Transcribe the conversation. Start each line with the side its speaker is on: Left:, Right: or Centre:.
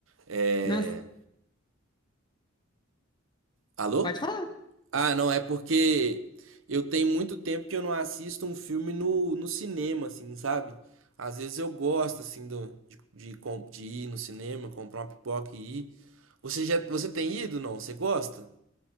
Right: É,
Left: Não,
Right: Alô?
Left: pode falar.
Right: Ah, não, é porque eu tenho muito tempo que eu não assisto um filme no, no cinema, assim, sabe? Às vezes eu gosto, assim, do, de, de, com- de ir no cinema, comprar uma pipoca e ir. Você já, você tem ido, não? Você gosta?